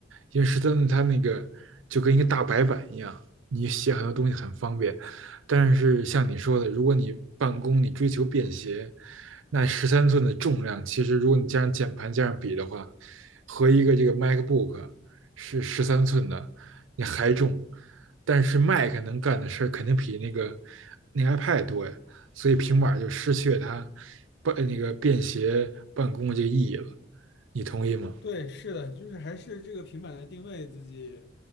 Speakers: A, on the right (about 80°); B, on the left (about 60°).
A: 因为十三寸它那个就跟一个大白板一样，你写很多东西很方便。但是像你说的，如果你办公你追求便携，那十三寸的重量其实如果你加上键盘加上笔的话，和一个这个 MacBook 是十三寸的，你还重，但是 Mac 能干的事儿肯定比那个那个 iPad 多呀。所以平板就失去了它办那个便携办公的这个意义了。你同意吗？
B: 对，是的，就是还是这个平板的定位自己，